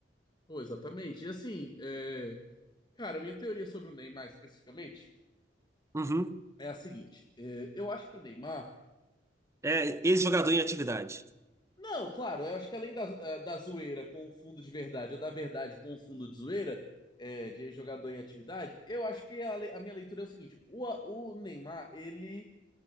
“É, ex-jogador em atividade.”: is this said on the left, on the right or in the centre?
Right